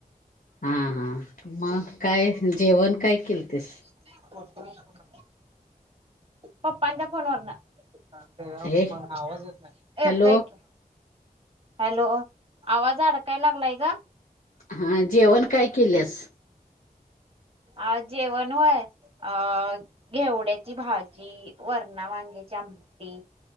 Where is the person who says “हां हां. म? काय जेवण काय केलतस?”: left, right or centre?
Left